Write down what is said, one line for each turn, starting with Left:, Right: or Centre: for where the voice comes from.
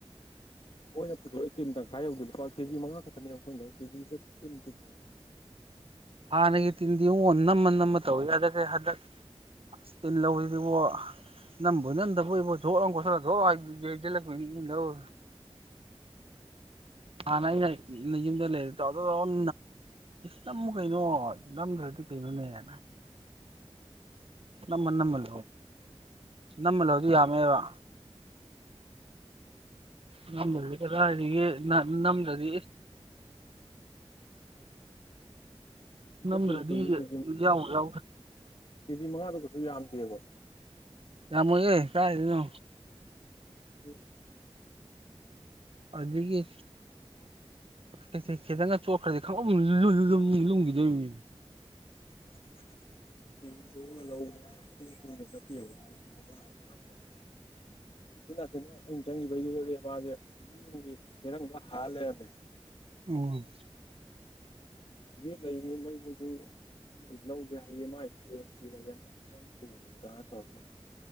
Left: ꯑꯣꯏꯅ ꯄꯨꯊꯣꯛꯑꯦ ꯇꯤꯟ ꯇꯪꯈꯥꯏ ꯌꯧꯗꯦꯀꯣ ꯀꯦꯖꯤ ꯃꯉꯥ ꯈꯛꯇꯅꯦꯕ ꯑꯩꯈꯣꯏꯅ ꯀꯦꯖꯤ ꯀꯨꯟ ꯀꯨꯟꯅꯅꯦꯕ <unintelligible>
Right: ꯍꯅꯒꯤ ꯇꯤꯟ ꯎ ꯅꯃ ꯅꯃ ꯇꯧ ꯑꯗꯒ ꯍꯗ ꯂꯧꯧꯕꯔꯤꯕ ꯅꯕꯨꯅꯤꯗꯂ
Left: <unintelligible>
Right: ꯍꯥꯟꯅ ꯑꯩ ꯌꯨꯝꯗ ꯂꯩꯔ ꯅꯍꯜ ꯅꯝꯃꯨ ꯀꯩꯅꯣ ꯅꯝꯗ꯭ꯔ ꯗꯤ ꯀꯩꯅꯣꯅꯦ ꯍꯥꯏꯅ ꯅꯃ ꯅꯝꯃꯜ ꯅꯝꯃꯜꯂꯍꯗꯤ ꯌꯥꯝꯃꯦꯕ ꯉꯝꯂꯗꯤ ꯀꯗꯥ ꯍꯥꯏꯔꯤ ꯅꯝꯂ꯭ꯔꯗꯤ ꯅꯝꯗ꯭ꯔꯗꯤ
Left: ꯄꯨꯟ ꯀꯅꯤ
Right: ꯌꯥꯎꯕꯨ
Left: ꯀ
Right: ꯌꯥꯎꯗ꯭ꯔꯦ
Left: ꯀꯦꯖꯤ ꯃꯉꯥꯗ ꯀꯩꯁꯨ ꯌꯥꯝꯗꯦꯑꯕꯣ
Right: ꯌꯥꯝꯃꯦ ꯀꯥꯏꯗꯅꯣ
Left: ꯎꯝ
Right: ꯑꯗꯨꯗꯒꯤꯒꯤ ꯀꯩ ꯈꯤꯇꯪꯒ ꯆꯣꯠꯈ꯭ꯔꯗꯤ ꯈꯪ ꯂꯨꯝꯈꯤꯗꯣꯏꯅꯤ
Left: <unintelligible> <unintelligible> ꯏꯅꯥꯁꯤꯅ ꯑꯩꯅ ꯆꯪꯉꯤꯕꯩꯗꯨꯗꯗꯤ ꯃꯥꯁꯦ ꯃꯤ ꯑꯃꯒꯤ ꯍꯦꯔꯪꯗ ꯍꯥ ꯂꯩꯔꯝꯃꯦ
Right: ꯎꯝ
Left: ꯂꯩꯕꯤ ꯂ ꯃꯗꯨ ꯉꯁꯤꯗꯤ ꯂꯧꯁꯦ ꯍꯥꯏꯌꯦ ꯃꯥ ꯍꯌꯦꯡ ꯊꯤꯔꯒꯦ ꯅꯪ ꯅꯪ ꯄꯨꯔꯣꯗꯥ ꯇꯧꯔ